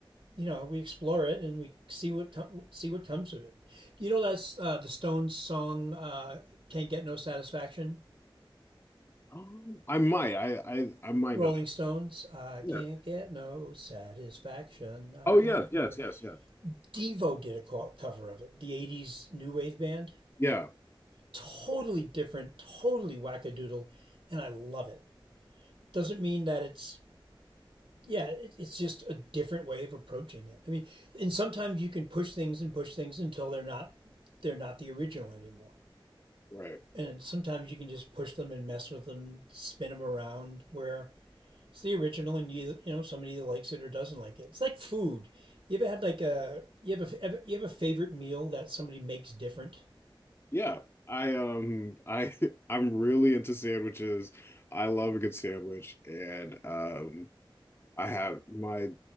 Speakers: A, on the right; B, on the left.
A: you know we explore it and we see what see what comes of it. You know that's uh, the Stones song uh, "Can't Get No Satisfaction."
B: um, I might I I I might
A: Rolling
B: know it
A: Stones, I
B: yeah
A: can't get no satisfaction. I
B: oh
A: can't
B: yeah,
A: get
B: yes
A: no. gr-"
B: yes yeah
A: Devo did a cover of it, the '80s new wave band.
B: yeah
A: Totally different, totally wackadoodle, and I love it. Doesn't mean that it's yeah, it's just a different way of approaching it. I mean, and sometimes you can push things and push things until they're not they're not the original anymore.
B: right
A: And sometimes you can just push them and mess with them, spin them around. Where it's the original, and you you know somebody either likes it or doesn't like it. It's like food. You ever had like a you have a you have a favorite meal that somebody makes different?
B: Yeah, I um I <laughs> I'm really into sandwiches. I love a good sandwich and um I have my